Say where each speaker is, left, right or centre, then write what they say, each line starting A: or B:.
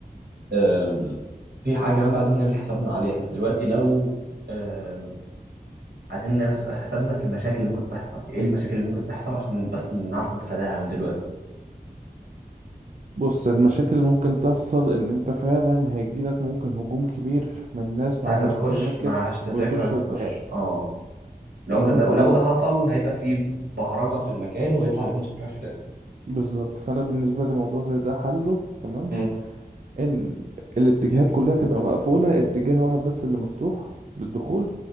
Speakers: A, on the right; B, on the right.
A: أم. في حاجة كمان بقى عايزين نعمل حسابنا عليها دلوقتي لو أم، عايزين نعمل حسابنا في المشاكل اللي ممكن تحصل ايه المشاكل اللي ممكن تحصل عشان بس نعرف نتفاداها من دلوقتي
B: بص المشاكل اللي ممكن تحصل ان انت فعلا هيجيلك ممكن هجوم كبير من ناس
A: انت
B: معهاش
A: عايزه تخش
B: تذاكر
A: معهاش تذاكر
B: ويخشوا
A: عايزه تخش
B: اجباري
A: اه لو
B: تمام
A: ده, ده
B: فالموضوع
A: ولو ده حصل هيبقى فيه بهرجه في المكان ويطلع الايفنت شكلها في الاخر
B: بالظبط فانا بالنسبه لموضوع زي ده حله تمام
A: مم.
B: ان الاتجاهات
A: شركة-
B: كلها تبقى مقفوله اتجاه واحد بس اللي مفتوح للدخول